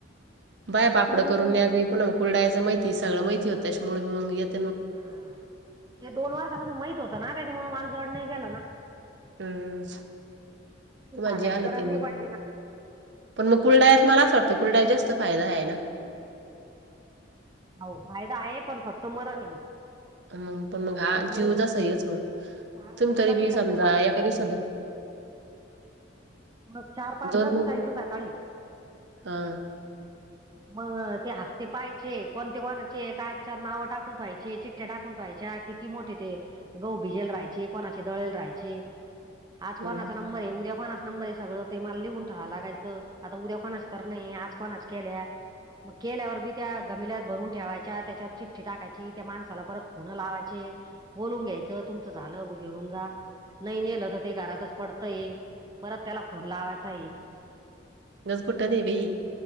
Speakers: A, on the right; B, on the right.
A: बाय
B: कापड
A: पापड
B: बी
A: करून
B: येऊन
A: नज कुनाला कुलडायचं माहिती सगळं माहिती होत त्याच्यामुळे मी मग येत.
B: हा ते दोन वर्षापासून माहत होत ना त्याच्यामु माल जड नाही गेलं ना.
A: हम्म त
B: सांगायची
A: म्हणजे आलं
B: गरज
A: त
B: नाही
A: म.
B: पडली ना
A: पण मग कुलडायात मला असं वाटत कुलड्यात जास्त फायदा आहे ना.
B: हो फायदा आहे पण फक्त मरण आहे मग.
A: मग पण मग हा
B: सकाळी
A: जीव जसा आहेच हो.
B: चार
A: तुम्ही
B: पाच
A: तरी
B: लाच
A: मी
B: उठायचं
A: समजा एका दिवसात.
B: म चार, पाचलाच
A: दोन दोन
B: उठायचं सकाळी
A: हां
B: मग ते हप्ते पाहिचे. कोणते कोणाचे काय त्याच्यावर नाव टाकून ठायचे चिठ्या टाकून ठेेवायच्या किती मोठे ते गहु भिजेल राहायची कोणाचे दळेल राहायचे आज कोणाचा
A: हं.
B: नंबर आहे उद्या कोणाचा नंबर आहे सगळं ते मला लिहून ठावावं लागायचं आता उद्या कोणाच करणे आज कोणाच केल्या. मग केलेवर बी त्या. गमिल्यात भरून ठेवायच्या त्याच्यावर चिठ्ठी टाकायची त्या माणसाला परत फोन लावायचे बोलून घ्यायचं. तुमचं झालं घेऊन जा नाही नेलं तर ते घरातच पडतय. परत त्याला फोन लावायचा येईल.
A: गंंजकुटाने आहे बाई.